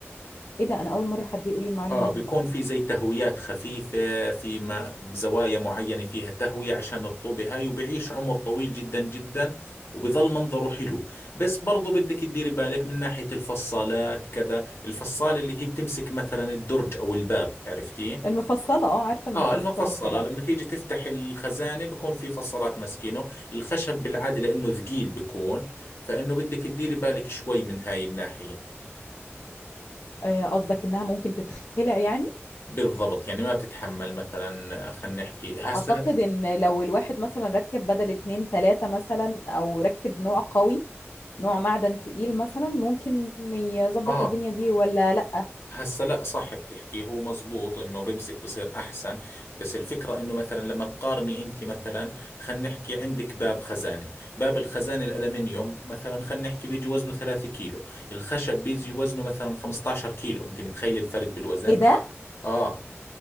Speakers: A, on the left; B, on the left.
A: ايه ده انا اول مره حد يقول لي المعلومه
B: آه بيكون
A: دي
B: في زي تهويات خفيفة في ما زوايا معينة فيها تهوية عشان الرطوبة هاي وبيعيش عمر طويل جدا جدا وبظل منظره حلو بس برضو بدك تديري بالك من ناحية الفصالات كذا الفصالة اللي هي بتمسك مثلا الدرج أو الباب عرفتيه
A: المفصله اه عارفه المفصله
B: اه المفصلة
A: ما تقلقش
B: لما تيجي تفتح الخزانة بكون في فصلات ماسكينه الخشب بالعادة لأنه ثقيل بكون فإنه بدك تديري بالك شوي من هاي الناحية
A: آه، قصدك انها ممكن تتخلع يعني
B: بالضبط يعني ما بتتحمل مثلا آه، خلينا نحكي هسه
A: اعتقد ان لو الواحد مثلا ركب بدل اتنين تلاتة مثلا او ركب نوع قوي نوع معدن تقيل مثلا ممكن يظبط
B: اه
A: الدنيا دي ولا لا
B: هسا لا صح بتحكي هو مزبوط انه بمسك بصير احسن بس الفكرة انه مثلا لما تقارني انت مثلا خلينا نحكي عندك باب خزانة باب الخزانة الالمنيوم مثلا خلينا نحكي بيجي وزنه 3 كيلو الخشب بيجي وزنه مثلا 15 كيلو انت متخيل الفرق بالوزن
A: ايه ده
B: اه